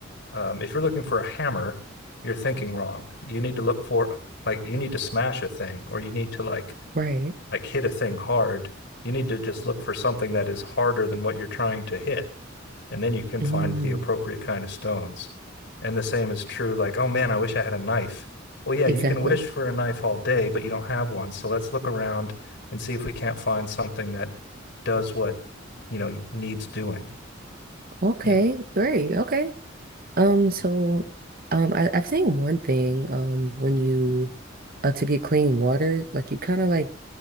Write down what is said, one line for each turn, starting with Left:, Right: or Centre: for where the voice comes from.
Left: um, if you're looking for a hammer, you're thinking wrong. You need to look for, like, you need to smash a thing or you need to like
Right: Right.
Left: like hit a thing hard. You need to just look for something that is harder than what you're trying to hit. And then you can
Right: Mm.
Left: find the appropriate kind of stones. And the same is true, like, oh man, I wish I had a knife. Well, yeah,
Right: Exactly.
Left: you can wish for a knife all day, but you don't have one. So let's look around and see if we can't find something that does what, you know, needs doing.
Right: Okay,
Left: Yeah.
Right: great. Okay. Um, so um I, I've seen one thing, um, when you uh to get clean water, like you kinda like